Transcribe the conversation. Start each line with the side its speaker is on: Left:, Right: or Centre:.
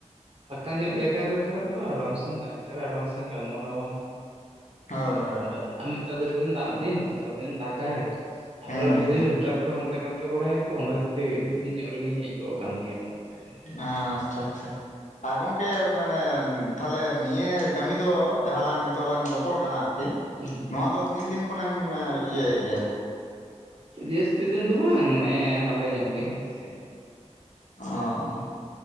Right: ᱯᱷᱟᱸᱠᱟ ᱧᱚᱜ ᱡᱟᱭᱜᱟ ᱨᱮ ᱠᱷᱟᱨᱮᱜ ᱫᱚ ᱟᱨᱟᱢ ᱥᱮᱢ ᱛᱟᱦᱮᱸ ᱫᱟᱲᱮᱭᱟᱜᱼᱟ ᱟᱨᱟᱢ ᱥᱮ ᱜᱟᱞᱢᱟᱨᱟᱣᱟᱢ᱾
Left: ᱦᱳᱭ
Right: ᱦᱮᱸ
Left: ᱦᱳᱭ
Right: ᱟᱫᱚ
Left: ᱦᱳᱭ
Right: ᱟᱨ ᱱᱮᱛᱟᱨ ᱫᱚ ᱞᱟᱹᱭ ᱫᱤᱧ ᱫᱟᱜ ᱫᱤᱱ ᱥᱟᱨᱟ ᱫᱤᱱ ᱫᱟᱜᱟᱭ ᱟᱨ
Left: ᱦᱩᱸ
Right: ᱦᱚ ᱞᱟᱹᱭ
Left: ᱦᱩᱸ
Right: ᱫᱤᱧ ᱨᱳᱴᱟᱨ ᱠᱚ ᱦᱟᱱᱛᱮ ᱱᱟᱛᱮ ᱵᱟᱲᱟᱭᱟᱠᱳ ᱚᱱᱟ <unintelligible> ᱟᱹᱰᱤ ᱫᱤᱱ ᱧᱚᱜ ᱨᱮᱜᱮᱧ ᱦᱮᱡ ᱜᱚᱜ ᱟᱠᱟᱱ ᱜᱮᱭᱟ ᱚᱱᱛᱮ ᱨᱮ᱾
Left: ᱟᱪᱪᱷᱟ ᱟᱪᱪᱷᱟ ᱾ ᱦᱟᱸ ᱜᱚᱝᱠᱮ ᱢᱟᱱᱮ ᱛᱟᱞᱮᱦᱮ ᱱᱤᱭᱟᱹ ᱠᱟᱹᱢᱤ ᱫᱚ ᱡᱟᱦᱟᱸ ᱞᱟᱝ ᱱᱤᱛᱚᱜ ᱞᱟᱝ ᱨᱚᱯᱚᱲ ᱠᱟᱱᱟ ᱟᱨ ᱠᱤ
Right: ᱦᱮᱸ
Left: ᱱᱚᱣᱟ ᱫᱚ ᱛᱤᱱ ᱫᱤᱱ ᱠᱷᱚᱱᱮᱢ ᱤᱭᱟᱹᱭᱮᱜ ᱜᱮᱭᱟ?
Right: ᱡᱟᱹᱥᱛᱤ ᱫᱤᱱ ᱫᱚ ᱵᱟᱝ ᱮᱻ ᱦᱟᱞᱮ ᱧᱚᱜ ᱜᱮ ᱦᱮᱸ ᱥᱮ ᱾
Left: ᱚᱸ,